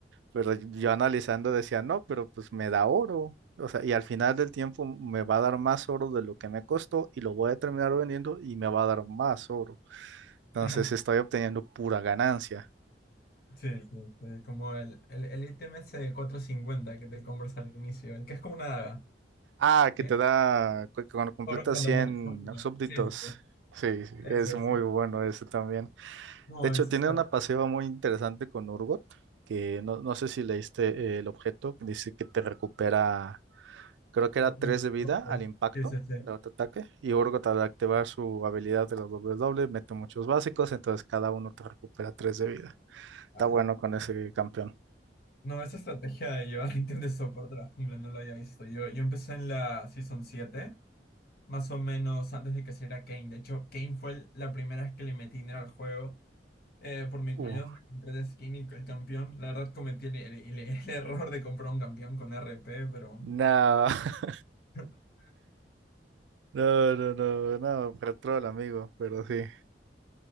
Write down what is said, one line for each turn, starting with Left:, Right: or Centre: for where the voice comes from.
Right: Pero yo analizando decía, no, pero pues me da oro. O sea, y al final del tiempo me va a dar más oro de lo que me costó y lo voy a terminar vendiendo y me va a dar más oro. Entonces
Left: <laughs>
Right: estoy obteniendo pura ganancia.
Left: Sí, sí, sí, como el, el, el ítem ese de 450 que te compras al inicio, el que es como una daga.
Right: Ah, que
Left: Bien.
Right: te da, cu- cuando completas
Left: Oro cuando
Right: 100
Left: matas a un niño.
Right: súbditos.
Left: Sí, sí, sí.
Right: Sí, sí,
Left: Eso,
Right: es muy
Left: sí.
Right: bueno ese también.
Left: No,
Right: De hecho,
Left: eso
Right: tiene
Left: está.
Right: una pasiva muy interesante con Urgot, que no, no sé si leíste eh, el objeto, que dice que te recupera Creo que era
Left: Mira,
Right: 3 de vida
Left: ok.
Right: al impacto
Left: Sí, sí, sí.
Right: de autoataque. Y Urgot al activar su habilidad de la doble doble mete muchos básicos, entonces cada uno te recupera 3 de vida. Está
Left: Ala.
Right: bueno con ese campeón.
Left: No, esa estrategia de llevar <laughs> ítem de soporte a la jungla no la había visto. Yo, yo empecé en la Season 7 más o menos antes de que saliera Kane. De hecho, Kane fue el- la primera vez que le metí dinero al juego. Eh, por mi
Right: Uh,
Left: comunidad me compré el skin y el campeón. La verdad cometí el, el- el- el error de comprar un campeón con RP, pero...
Right: no, <laughs>
Left: <laughs>
Right: no, no, no, no, pero troll, amigo, pero sí.